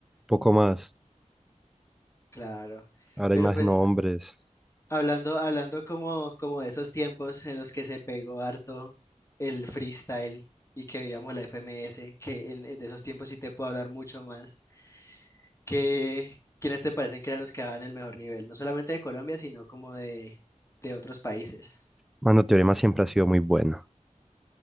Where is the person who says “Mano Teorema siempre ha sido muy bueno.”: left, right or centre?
Centre